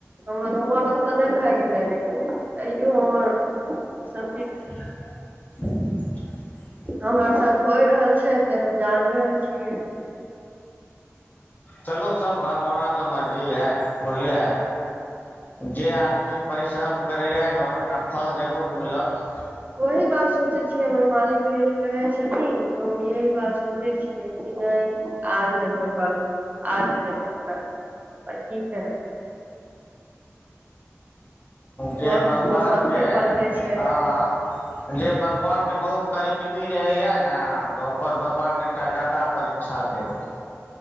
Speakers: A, on the right; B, on the left.
A: हमर उमर ओतऽ नहि भए गेलै, लेकिन तैयो हमर ईसभ चीज
B: <inaudible>
A: हमर साथ होइ रहल छै, तऽ हम जान रहल छियै।
B: चलू सब भगवान तऽ मर्जी यऽ, बुझलियै? जे आदमी परिश्रम करैए ने ओकरा ट फल जरूर मिलत।
A: ओही बात सोचै छियै, हमर मालिक यही कहै छथिन तऽ हम यही बात सोच छियै, कि नहि आज नहि तऽ कल आज नहि तऽ कल पर की करब।
B: जे
A: वक्त
B: भगवानके
A: तो सबके पलटे छै
B: आहाँ जे भगवानके बहुत करीबी रहैया ने तऽ ओकर भगवान कनिटा जादा परीक्षा लै रहै।